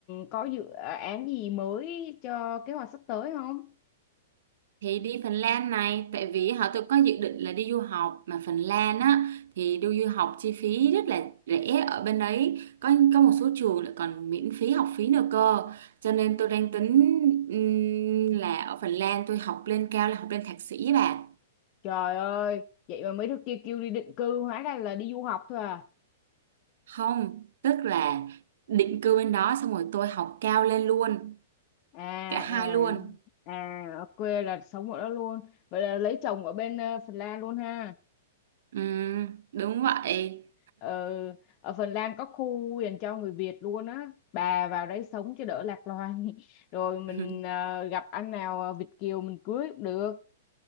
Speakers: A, on the left; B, on the right.
A: có dự ờ, án gì mới cho kế hoạch sắp tới không
B: thì đi Phần Lan này tại vì họ tôi có dự định là đi du học mà Phần Lan á thì đi du học chi phí rất là rẻ ở bên đấy có có một số trường lại còn miễn phí học phí nữa cơ cho nên tôi đang tính ừm, là ở Phần Lan tôi học lên cao là học lên thạc sĩ bà
A: Trời ơi, vậy mà mấy đứa kia kêu đi định cư hóa ra là đi du học thôi à.
B: không tức là định cư bên đó xong rồi tôi học cao lên luôn
A: À
B: cả hai
A: à
B: luôn
A: à ở quê là sống ở đó luôn. Vậy là lấy chồng ở bên ờ, Phần Lan luôn ha.
B: Ừm, đúng vậy
A: Ờ, ở Phần Lan có khu dành cho người Việt luôn á. Bà vào đấy sống cho đỡ lạc loài. <laughs> Rồi mình
B: <laughs>
A: ờ, gặp anh nào ờ, Việt kiều mình cưới cũng được.